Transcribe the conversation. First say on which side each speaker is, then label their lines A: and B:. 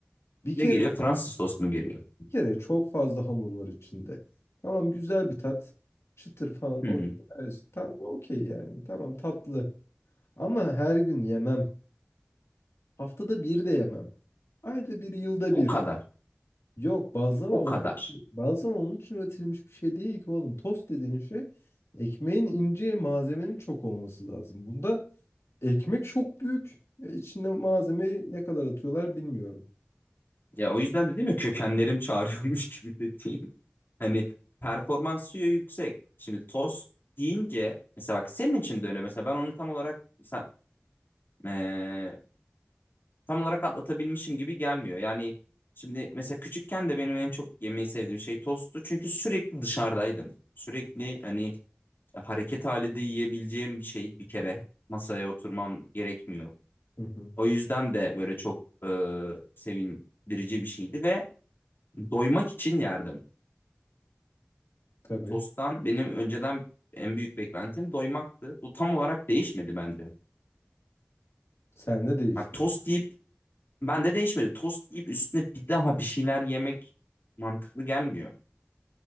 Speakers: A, on the left; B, on the left.
A: bir
B: ne
A: kere
B: geliyor? Fransız tost mu geliyor?
A: Bir kere çok fazla hamur var içinde. Tamam güzel bir tat. Çıtır falan
B: Hı
A: okey.
B: hı.
A: Evet, ta- okey yani. Tamam tatlı. Ama her gün yemem. Haftada bir de yemem. Ayda bir, yılda
B: O
A: bir.
B: kadar.
A: Yok bazlama
B: O
A: onun,
B: kadar.
A: bazlama onun için üretilmiş bir şey değil ki oğlum. Tost dediğin şey ekmeğin ince malzemenin çok olması lazım. Bunda ekmek çok büyük. E, İçinde malzemeyi ne kadar atıyorlar bilmiyorum.
B: Ya o yüzden dedim ya kökenlerim <laughs> çağırıyormuş gibi dediğim. Hani performansı yüksek. Şimdi tost deyince mesela bak senin için de öyle. Mesela ben onu tam olarak sen, eee, tam olarak atlatabilmişim gibi gelmiyor. Yani şimdi mesela küçükken de benim en çok yemeyi sevdiğim şey tosttu. Çünkü sürekli dışarıdaydım. Sürekli hani hareket halinde yiyebileceğim bir şey bir kere. Masaya oturmam gerekmiyor.
A: Hı hı.
B: O yüzden de böyle çok eee sevindirici bir şeydi ve doymak için yerdim.
A: Tabii.
B: Tost'tan benim önceden en büyük beklentim doymaktı. Bu tam olarak değişmedi bence.
A: Sende değişmez.
B: Ha, tost yiyip bende değişmedi. Tost yiyip üstüne bir daha bir şeyler yemek mantıklı gelmiyor.